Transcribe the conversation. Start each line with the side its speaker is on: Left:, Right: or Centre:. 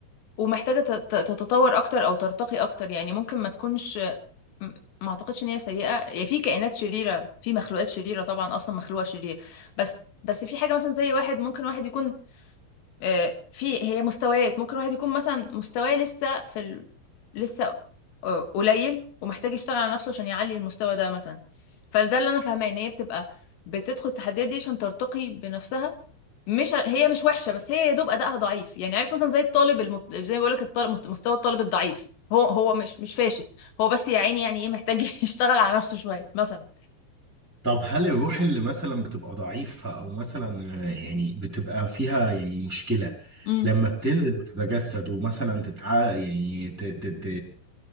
Left: ومحتاجة تت- تتطور أكتر أو ترتقي أكتر يعني ممكن ما تكونش م- ما أعتقدش إن هي سيئة يعني في كائنات شريرة في مخلوقات شريرة طبعا أصلا مخلوقة شرير بس بس في حاجة مثلا زي واحد ممكن واحد يكون آه، في هي مستويات ممكن واحد يكون مثلا مستواه لسه في ال... لسه آه، قليل ومحتاج يشتغل على نفسه عشان يعلي المستوى ده مثلا فده اللي انا فاهماه ان هي بتبقى بتدخل التحديات دي عشان ترتقي بنفسها مش ع- هي مش وحشه بس هي يا دوب ادائها ضعيف يعني عارف مثلا زي الطالب المط... زي ما بقول لك الطالب مست- مستوى الطالب الضعيف هو هو مش مش فاشل هو بس يا عيني يعني ايه محتاج <laughs> يشتغل على نفسه شويه مثلا
Centre: طب هل الروح اللي مثلا بتبقى ضعيفة أو مثلا آه، يعني بتبقى فيها يعني مشكلة
Left: امم
Centre: لما بتنزل وتتجسد ومثلا تتع... يعني ت... ت... ت...